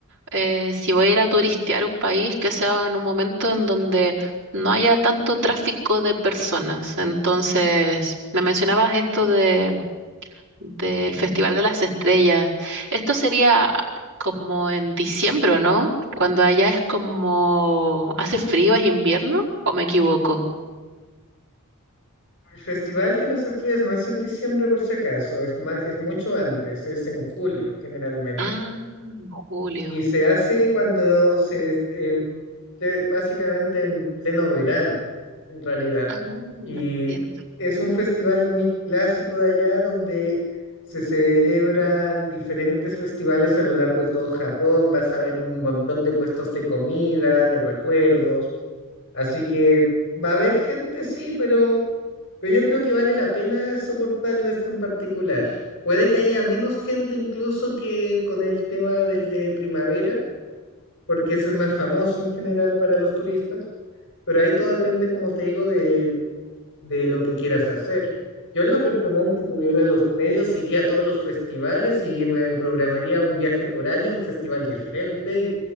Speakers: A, on the right; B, on the left.
A: eh, si voy a ir a turistear un país, que sea en un momento en donde no haya tanto tráfico de personas. Entonces, me mencionabas esto de, del Festival de las Estrellas. Esto sería como en diciembre, ¿no? Cuando allá es como hace frío, es invierno, ¿o me equivoco?
B: El Festival de las Estrellas no es en diciembre por si acaso, es, ma- es mucho antes, es en julio generalmente.
A: Ah, en julio.
B: Y se hace cuando se, est- em, que básicamente en pleno verano, en realidad.
A: Ah,
B: Y
A: entiendo.
B: es un festival muy clásico de allá donde se celebran diferentes festivales a lo largo de todo Japón. Vas a ver un montón de puestos de comida, de recuerdos. Así que va a haber gente, sí, pero, pero yo creo que vale la pena soportarlo esto en particular. Puede que haya menos gente incluso que con el tema del de primavera, porque ese es más famoso en general para los turistas pero ahí todo depende, como te digo, de, de lo que quieras hacer. Yo en lo personal, si tuviera los medios, iría a todos los festivales y me programaría un viaje por año, un festival diferente